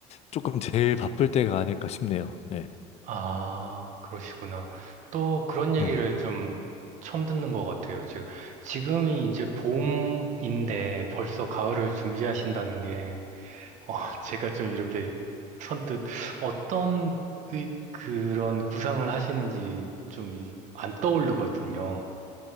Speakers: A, on the left; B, on the right.
A: 조금 제일 바쁠 때가 아닐까 싶네요. 네.
B: 아, 그러시구나. 또 그런 얘기를
A: 네네.
B: 좀 처음 듣는 것 같아요. 지금 지금이 이제 봄인데 벌써 가을을 준비하신다는 게 어, 제가 좀 이렇게 선뜻 어떤 의- 그런 구상을 하시는지 좀 안 떠오르거든요.